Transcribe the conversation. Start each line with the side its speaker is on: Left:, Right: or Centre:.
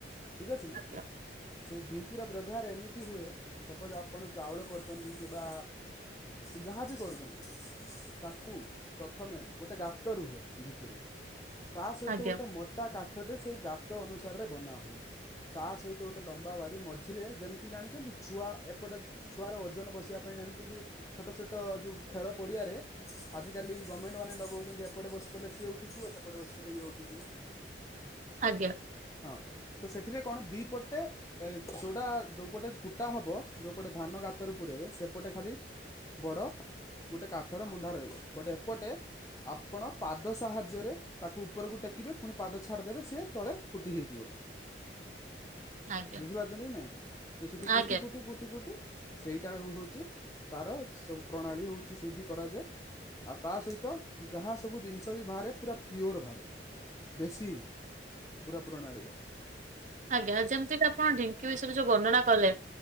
Left: ଠିକ୍ ଅଛି ନା
Right: ଆଜ୍ଞା
Left: ସେଇ ଢିଙ୍କିର ବ୍ୟ ବ୍ୟହାର ଏମିତି ହୁଏ ସପୋଜ ଆପଣ ଚାଉଳ କରୁଚନ୍ତି କିବା ଯାହାବି କରୁଚନ୍ତି। ତାକୁ ପ୍ରଥମେ ଗୋଟେ ଗାତ ରୁହେ ଢିକିରେ ତା ସହିତ
Right: ଆଜ୍ଞା
Left: ଗୋ ମୋଟା କାଠଟ ସେଇ ଗାତ ଅନୁସାରେରେ ବନା ହୁଏ। ତା ସହିତ ଗୋଟେ ଲମ୍ବା ବାଡି ମଝିରେ ଯେମିତି ଜାଣିଚନ୍ତି ଛୁଆ ଏପଟେ ଛୁଆର ଓଜନ ବସିବା ପାଇଁ ଜାଣିଚନ୍ତି ଛୋଟ ଛୋଟ ଯୋଉ ଖେଳ ପଡିଆରେ ଆଜିକାଲି ଗମେଣ୍ଟ ମାନେ ଲଗୋଉଚନ୍ତି ଏପେଟେ ବସି ପଇଲେ ସେ ଉଠିଯିବ ସେପଟେ ବସି ପ‌ଇଲେ ଇଏ ଉଠିି ଯିବ।
Right: ଆଜ୍ଞା
Left: ହଁ ତ ସେଥିରେ କଣ ଦି ପଟେ ଏ ଯୋଉଟା ଯୋଉପଟେ କୁଟା ହବ ଯୋଉପଟେ ଧାନ ଗାତରେ ପୁରେଇବେ ସେପଟେ ଖାଲି ବଡ ଗୋଟେ କାଠର ମୁଢା ରହିବ। ବଟ ଏପଟେ ଆପଣ ପାଦ ସାହାଯ୍ୟରେ ତାକୁ ଉପରକୁ ଟେକି କୁଟିବେ ପୁଣି ପାଦ ଛାଡିଦେବେ ସିଏ ତଳେ କୁଟି ହେଇଯିବ।
Right: ଆଜ୍ଞା
Left: ବୁଝିପାରୁଚନ୍ତି କି ନାଇଁ? ତ ସେଠି କୁଟି
Right: ଆଜ୍ଞା।
Left: କୁଟି କୁଟି କୁଟି ସେଇଟା ହୋଉଚି ତାର ସବୁ ପ୍ରଣାଳୀ ହୋଉ ସେଇଠି କରାଯାଏ। ଆଉ ତା ସହିତ ଯାହା ସବୁ ଜିନିଷ ବି ବାହାରେ ପୁରା ପିଓର ବାହାରେ। ଦେଶୀ ପୁରା ପ୍ରଣାଳୀରେ।
Right: ଆଜ୍ଞା ଯେମିତି କି ଆପଣ ଢିଙ୍କି ବିଷୟରେ ଯୋଉ ବର୍ଣନା କଲେ